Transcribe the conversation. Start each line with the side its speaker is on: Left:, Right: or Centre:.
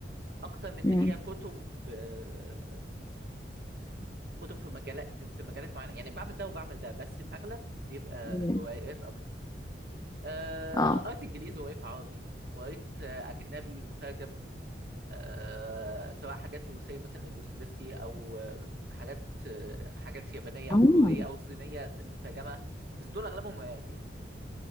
Right: اكتر من
Left: مم.
Right: ان هي كتب آه كتب في مجالات في, في مجالات معينه يعني بعمل ده وبعمل ده بس الاغلب بيبقى
Left: مم.
Right: روايات اكتر آه
Left: اه
Right: قريت انجليزي وقريت عربي وقريت آه، اجنبي مترجم آه، سواء حاجات روسية مثلا لدوستويفسكي أو آه، حاجات آه، حاجات يابانية
Left: آه.
Right: أو كورية أو صينية مترجمة بس دول أغلبهم روايات يعني